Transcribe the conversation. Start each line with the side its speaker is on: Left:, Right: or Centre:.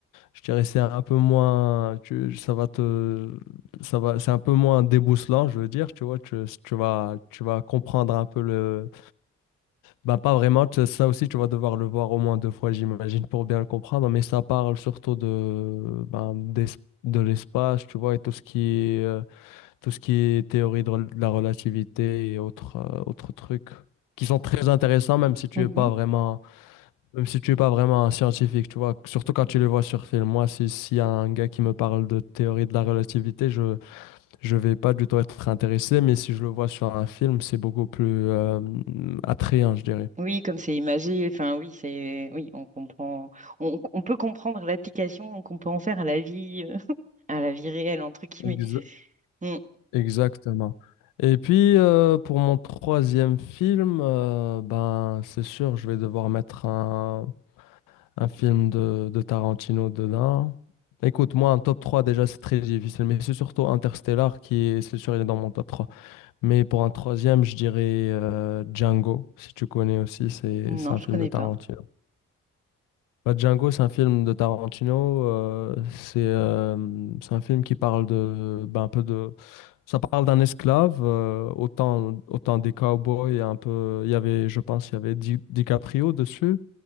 Left: je dirais, c'est un peu moins, tu, ça va te, ça va, c'est un peu moins déboussolant, je veux dire, tu vois, tu, si tu vas, tu vas comprendre un peu le, bah, pas vraiment, tu- ça aussi, tu vas devoir le voir au moins deux fois, j'imagine, pour bien le comprendre, mais ça parle surtout de, ben, d'es- de l'espace, tu vois, et tout ce qui est. euh, tout ce qui est théorie de rel- de la relativité et autres, euh, autres trucs qui sont très intéressants, même si tu
Right: Mhm.
Left: es pas vraiment, même si tu es pas vraiment un scientifique, tu vois. Surtout quand tu les vois sur film. Moi, si, s'il y a un gars qui me parle de théorie de la relativité, je, je vais pas du tout être intéressé, mais si je le vois sur un film, c'est beaucoup plus, euh, attrayant, je dirais.
Right: Oui, comme c'est imagé, enfin oui, c'est oui, on comprend, on, on peut comprendre l'application qu'on peut en faire à la vie, euh, à la vie réelle entre guillemets.
Left: Exa-
Right: Mmh.
Left: Exactement. Et puis euh, pour mon troisième film, euh, ben c'est sûr, je vais devoir mettre un, un film de, de Tarantino dedans. Écoute, moi, un top 3 déjà, c'est très difficile, mais c'est surtout Interstellar qui est, c'est sûr, il est dans mon top 3. Mais pour un troisième, je dirais euh, Django, si tu connais aussi, c'est
Right: Non,
Left: c'est un
Right: je
Left: film
Right: connais
Left: de Tarantino.
Right: pas.
Left: Bah, Django, c'est un film de Tarantino, euh, c'est euh, c'est un film qui parle de, ben, un peu de, ça parle d'un esclave, euh, autant, autant des cowboys, un peu, il y avait, je pense, il y avait Di- DiCaprio dessus.